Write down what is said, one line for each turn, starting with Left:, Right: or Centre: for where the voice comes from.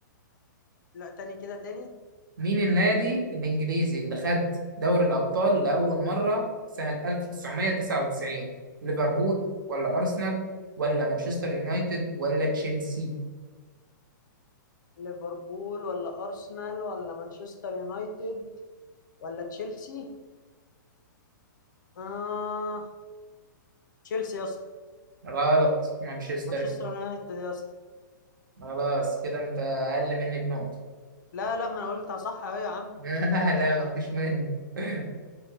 Left: لا تاني كده تاني
Right: مين النادي الإنجليزي اللي خد دوري الأبطال لأول مرة سنة 1999 ليفربول ولا أرسنال ولا مانشستر يونايتد ولا تشيلسي
Left: ليفربول ولا أرسنال ولا مانشستر يونايتد ولا تشيلسي اه تشيلسي يا اسطى
Right: غلط مانشستر
Left: مانشستر
Right: يونايتد.
Left: يونايتد يا اسطى
Right: خلاص كده أنت أقل مني بنقطة
Left: لا لا ما انا قلت صح اهو يا عم
Right: <laughs> لا لا مفيش منه <laughs>